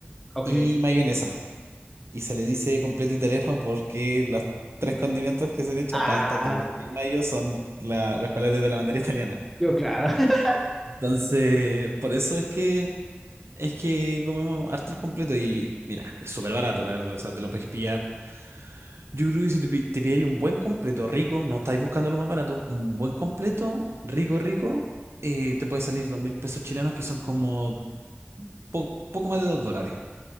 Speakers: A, in the centre; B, on the right (about 80°).
A: Ok.
B: y mayonesa. Y se le dice completo italiano porque los tres condimentos que se le echa,
A: Ah,
B: palta, tomate y mayo, son la- los colores de la bandera italiana.
A: yo, claro. <laughs>
B: Entonces, por eso es que es que comemos harto el completo y mira, es súper barato, la verdad. O sea, te lo puedes pillar. Yo creo que si te, pi- te pilláis un buen completo rico, no estáis buscando lo más barato, un buen completo rico, rico, eh, te puede salir dos mil pesos chilenos que son como po- poco más de dos dólares.